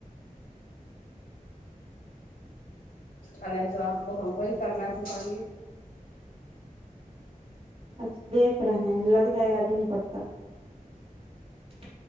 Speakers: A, on the left; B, on the right.
A: आ नहि तो आपको हमको ही करना है तो करिये
B: अच्छा देख रहे हैं लग जायगा दिन पर तक